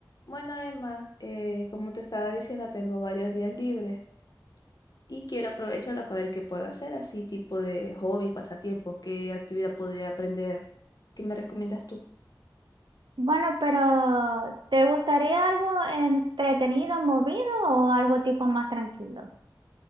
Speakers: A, on the left; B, on the right.
A: Bueno, Emma, eh, como te estaba diciendo, tengo varios días libres y quiero aprovecharlos para ver qué puedo hacer, así tipo de hobbies, pasatiempos, qué actividad podría aprender. ¿Qué me recomiendas tú?
B: Bueno, pero ¿te gustaría algo entretenido, movido o algo tipo más tranquilo?